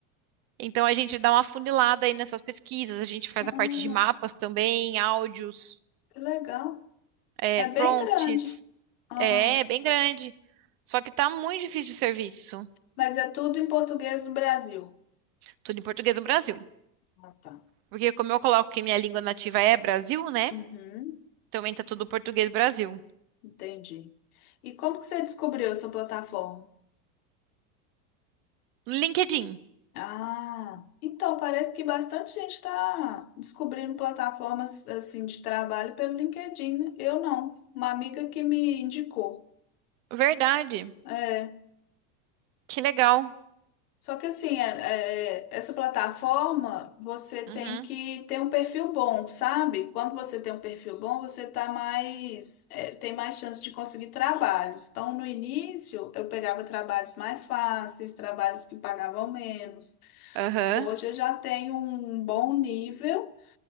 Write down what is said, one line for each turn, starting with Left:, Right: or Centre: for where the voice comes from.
Right: Então a gente dá uma funilada aí nessas pesquisas, a gente faz
Left: Ah,
Right: a parte de mapas também, áudios,
Left: que legal.
Right: é,
Left: É
Right: prompts,
Left: bem grande. Ah,
Right: é, é bem grande. Só que tá muito difícil de serviço,
Left: mas é tudo em português do Brasil.
Right: tudo em português do Brasil.
Left: Ah, tá.
Right: Porque como eu coloco que minha língua nativa é Brasil, né?
Left: Uhum.
Right: Também tá tudo português Brasil.
Left: Entendi. E como que você descobriu essa plataforma?
Right: LinkedIn,
Left: Ah, então parece que bastante gente está descobrindo plataformas assim de trabalho pelo LinkedIn. né? Eu não. Uma amiga que me indicou.
Right: verdade,
Left: É.
Right: que legal.
Left: Só que assim, é- é- essa plataforma você tem
Right: Uhum.
Left: que ter um perfil bom, sabe? Quando você tem um perfil bom, você tá mais, é, tem mais chance de conseguir trabalhos. Então, no início, eu pegava trabalhos mais fáceis, trabalhos que pagavam menos.
Right: Aham.
Left: Hoje eu já tenho um bom nível